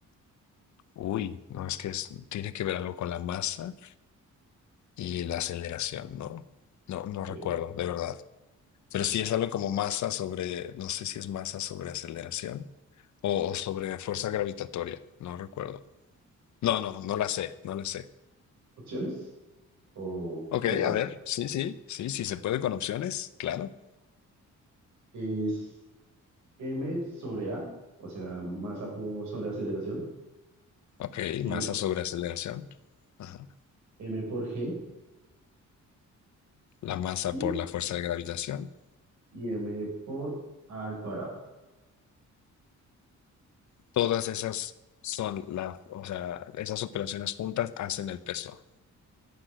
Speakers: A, on the left; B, on the right.
A: Uy, no, es que es- tiene que ver algo con la masa y la aceleración, ¿no? No, no
B: Eh,
A: recuerdo, de verdad. Pero si es algo como masa sobre, no sé si es masa sobre aceleración o, o sobre fuerza gravitatoria, no recuerdo. No, no, no la sé, no la sé.
B: ¿opciones o
A: Ok,
B: respuesta?
A: a ver, sí, sí, sí, sí se puede con opciones, claro.
B: Es M sobre A, o sea, masa po- sobre aceleración,
A: Ok,
B: M,
A: masa sobre aceleración. Ajá.
B: M por G
A: La masa
B: y,
A: por la fuerza de gravitación.
B: y M por A al cuadrado.
A: Todas esas son la, o sea, esas operaciones juntas hacen el peso.